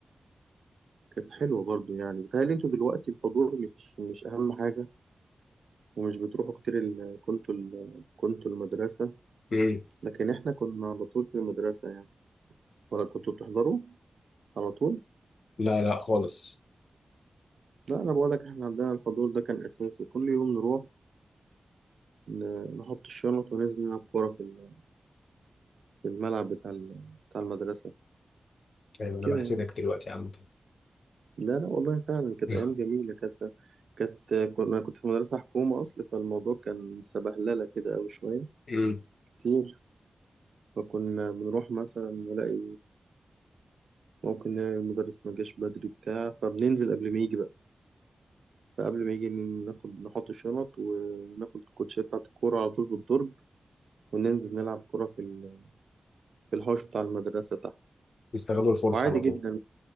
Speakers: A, on the right; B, on the left.
A: كانت حلوه برضو يعني بيتهيألي انتوا دلوقتي الحضور مش مش اهم حاجه ومش بتروحوا كتير ال... كنتوا ال... كنتوا المدرسه
B: مم.
A: لكن احنا كنا على طول في المدرسه يعني ولا كنتوا بتحضروا على طول
B: لا لا خالص
A: لا انا بقول لك احنا عندنا الحضور ده كان اساسي كل يوم نروح ن... نحط الشنط وننزل نلعب كوره في ال- في الملعب بتاع ال... بتاع المدرسه
B: أيوة أنا
A: كده
B: بحسدك
A: يعني
B: دلوقتي يا عم
A: لا لا والله فعلا كانت
B: <laughs>
A: أيام جميلة كانت كانت كنا كنت في مدرسة حكومة أصل فالموضوع كان سبهللة كده أوي شوية
B: مم.
A: كتير فكنا بنروح مثلا نلاقي ممكن نلاقي المدرس ما جاش بدري بتاع فبننزل قبل ما يجي بقى فقبل ما يجي ناخد نحط الشنط وناخد الكوتشيه بتاعة الكورة على طول في الدرج وننزل نلعب كورة في ال- في الحوش بتاع المدرسة تحت
B: يستغلوا الفرصة
A: وعادي
B: على طول
A: جدا